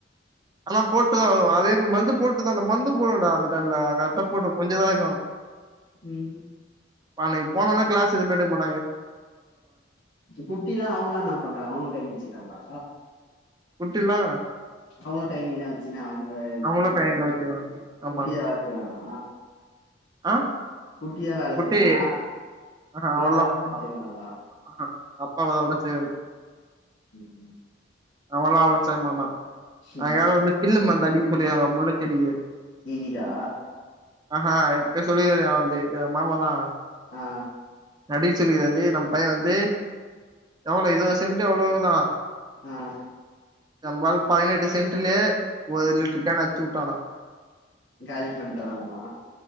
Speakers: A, on the right; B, on the left.
A: ஆனா போட்டுதா வருவே அதே மேரி மர்ந்து போட்டு தா அந்த மர்ந்து போடுவே டா அந்த டைம்ல கர்டா போட்ட கொஞ்சோ தா இர்க்கு
B: ம்
A: அன்னைக் போனாலு கிளாஸ் எதுமே எடுக்க மாட்
B: குட்டிலா அவுங்ளா என்னா பண்றாங்க அவுங்கோ டைம் வச்சிறாங்ளா
A: குட்டிலா
B: அவுங்களு கைகில்லா வச்சுனா அவுங்க
A: அவங்களு
B: இப்டி
A: கயனில
B: தா
A: வச்சுருவாங்க
B: குட்டி
A: ஆமா
B: தா வேல செய்வானா
A: ஆ
B: குட்டி தா வேல
A: குட்டி
B: செய்வானா
A: ஆஹா
B: இல்ல
A: அவள்லா
B: ஆள <unintelligible>
A: போ மாட்டாங்க
B: செய்வாங்கலா
A: ஆஹா அப்பா அதெல்லா செய்வாரு
B: ம் ம்
A: அவல்லா அவளோ செய்ய மாட்டோ
B: ம்.
A: அவங்காள வந்து பில்லு மருந்தடிக்க சொல்லி முள்ளச்செடிக்கி
B: இன்னைக்கா
A: ஆஹ ஹா எப்பே சொல்லிகாரு வந்து எங்க மாமா தா
B: ஹ
A: மறுபடியு சொல்லிக்கிறது நம்ம பைய வந்து எவ்ளோ இதுவ சென்டு எவ்ளவுதா
B: ஆஹ
A: நம்பளு பதினெட்டு சென்ட்லே ஒரு லிட்டர் கேன் அட்சுவுட்டானா
B: காலி பண்ணிட்டானாமா